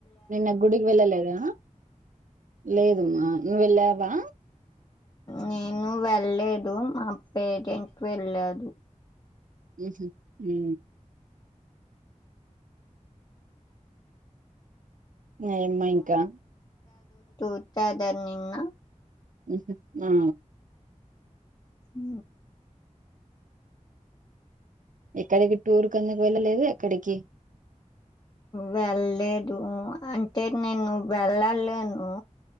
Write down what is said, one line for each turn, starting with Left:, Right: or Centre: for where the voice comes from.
Right: నిన్న గుడికి వెళ్ళలేదా లేదమ్మా నువ్వు వెళ్ళావా
Left: నేను వెళ్లేదు మా పేరెంట్స్ వెళ్ళారు
Right: ఉహు ఉ ఏమ్మా ఇంకా
Left: చూసారా నిన్న
Right: ఉహు ఉ
Left: ఉ
Right: ఎక్కడికి టూర్కి ఎందుకు వెళ్ళలేదు ఎక్కడికి
Left: వెళ్లేదు అంటే నేను వెళ్ళలేను